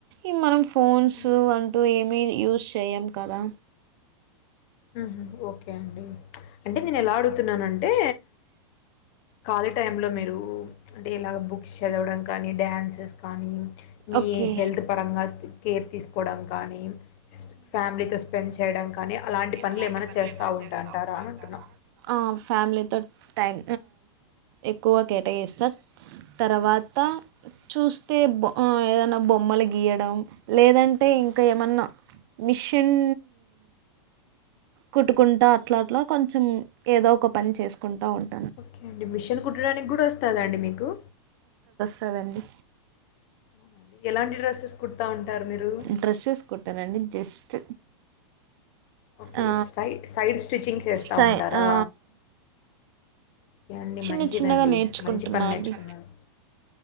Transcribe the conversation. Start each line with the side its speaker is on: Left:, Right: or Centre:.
Right: ఈ మనం ఫోన్స్
Left: హుహు.
Right: అంటూ ఏమీ యూస్ చేయ్యం కదా
Left: ఊ ఓకే అండి అంటే నేను ఎలా అడుగుతున్నానంటే ఖాళీ టైంలో మీరు అంటే ఇలాగ బుక్స్ చదవడం కానీ డ్యాన్సెస్ కానీ మీ
Right: ఓకే
Left: హెల్త్ పరంగా కేర్ తీసుకోవడం కానీ ఫ్యామిలీతో స్పెండ్ చేయడం కానీ అలాంటి పనులేమైనా
Right: అలాంటి పనులు ఏమైనా
Left: ఉంటా
Right: చేస్తా
Left: అంటారా
Right: ఉంటారా
Left: అనంటున్నా.
Right: ఆ ఫ్యామిలీతో టైం ఎక్కువ కేటాయిస్తా తర్వాత చూస్తే బో ఏదన్నా బొమ్మలు గీయడం లేదంటే ఇంకా ఏమన్నా మిషిన్ కుట్టుకుంటా అట్లా అట్లా కొంచెం ఏదో ఒక పని చేసుకుంటా ఉంట
Left: ఓకే అండి మిషన్ కుట్టడానికి కూడా వస్తుందండి మీకు
Right: వస్తాడండి
Left: అవునండి. ఎలాంటి డ్రెసెస్ కుడతా ఉంటారు మీరు?
Right: డ్రెస్సెస్ కొట్టానండి జస్ట్
Left: ఓకే
Right: ఆ,
Left: సై సైడ్ స్టిచ్చింగ్స్ వేస్తా
Right: సై
Left: ఉంటారా
Right: ఆ,
Left: ఓకే అండి
Right: చిన్న
Left: మంచిదండి
Right: చిన్నగా నేర్చుకుంటున్నా
Left: మంచి పని నేర్చుకున్నారు
Right: అండి